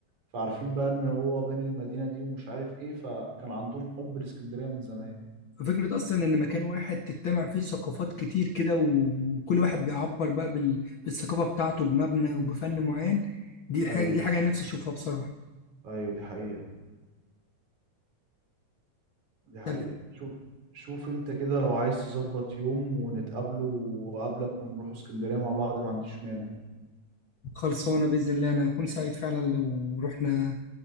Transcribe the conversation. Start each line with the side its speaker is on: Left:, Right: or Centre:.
Right: فعارفين بقى ان هو باني المدينة دي ومش عارف ايه فكان عندهم حب الاسكندرية من زمان
Left: ففكرة أصلا إن مكان واحد تجتمع فيه ثقافات كتير كده وكل واحد بيعبر بقى بال- بالثقافة بتاعته بمبنى وبفن معين دي حاجة
Right: ايوه
Left: دي حاجة أنا نفسي أشوفها بصراحة
Right: ايوه دي حقيقة دي حقيقة
Left: طب
Right: شوف شوف انت كده لو عايز تظبط يوم ونتقابله وقابلك ونروح اسكندرية مع بعض ما عنديش مانع
Left: خلصانة بإذن الله أنا هكون سعيد فعلا لو رحنا